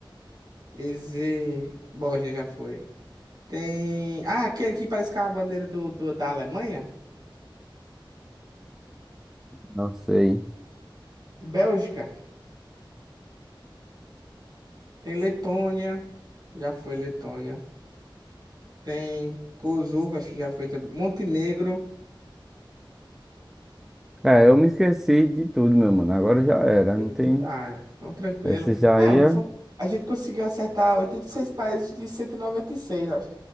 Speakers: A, on the right; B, in the centre.
A: Eze... Bósnia já foi. Tem. Ah, aquele que parece que é a bandeira do, do- da Alemanha?
B: Não sei.
A: Bélgica. Tem Letônia. Já foi Letônia. Tem Kosovo, acho que já foi. também. Montenegro.
B: É, eu me esqueci de tudo, meu mano. Agora já era.
A: Teve
B: Não tem.
A: tudo. Ah, é. então tranquilo.
B: Esse já
A: Mano,
B: ia.
A: são- a gente conseguiu acertar 86 países de cento e e noventa e seis acho.